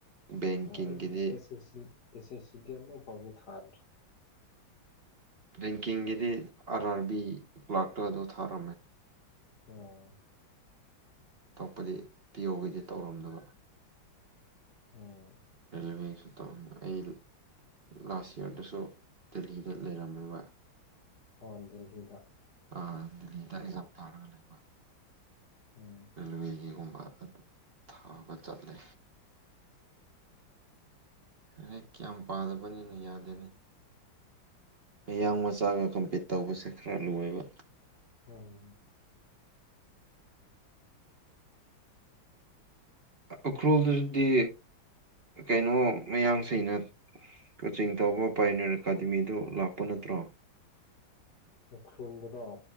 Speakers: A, on the right; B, on the left.
A: ꯕꯦꯡꯀꯤꯡꯒꯤꯗꯤ
B: ꯑ ꯑꯩ ꯑꯦꯁ ꯑꯦꯁ ꯑꯦꯁ ꯁꯤꯗꯤ ꯑꯃ ꯐꯥꯎꯁꯨ ꯊꯥꯗ꯭꯭ꯔꯔꯤ
A: ꯔꯦꯡꯀꯤꯡꯒꯤꯗꯤ ꯑꯥꯔ ꯑꯥꯔ ꯕꯤ ꯂꯥꯛꯇꯨ ꯑꯗꯨ ꯊꯥꯔꯝꯃꯦ
B: ꯑꯣ
A: ꯇꯄꯗꯤ ꯄꯤꯌꯣꯒꯤꯗꯤ ꯇꯧꯔꯝꯗꯕ
B: ꯎꯝ
A: ꯔꯦꯜꯋꯦꯁꯨ ꯇꯧꯔꯝꯃ ꯑꯩ ꯂꯥꯁ ꯏꯌꯥꯔꯗꯁꯨ ꯗꯦꯜꯂꯤꯗ ꯂꯩꯔꯝꯃꯦꯕ
B: ꯑꯣ ꯗꯦꯜꯂꯤꯗ
A: ꯑꯥ ꯗꯦꯜꯂꯤꯗ ꯑꯦꯛꯖꯥꯝ ꯇꯥꯔꯒ ꯂꯩꯕ
B: ꯎꯝ
A: ꯔꯦꯜꯋꯦꯒꯤꯒꯨꯝ ꯑꯗꯨ ꯊꯥꯕ ꯆꯠꯂꯦ ꯍꯦꯛ ꯀꯌꯥꯝ ꯄꯥꯗꯕꯅꯤꯅꯣ ꯌꯥꯗꯦꯅꯤ ꯃꯌꯥꯡ
B: ꯍꯣꯏꯅꯦ
A: ꯃꯆꯥꯒ ꯀꯝꯄꯤꯠ ꯇꯧꯕꯁꯦ ꯈꯔ ꯂꯣꯏꯕ
B: ꯑꯝ
A: ꯎꯈ꯭ꯔꯣꯜꯗꯗꯤ ꯀꯩꯅꯣ ꯃꯌꯥꯁꯤꯩꯅ ꯀꯣꯆꯤꯡ ꯇꯧꯕ ꯄꯥꯏꯅꯔ ꯑꯦꯀꯥꯗꯃꯤꯗꯨ ꯂꯥꯛꯄ ꯅꯠꯇ꯭ꯔꯣ
B: ꯂꯧꯈ꯭ꯔꯨꯝꯗꯅꯣ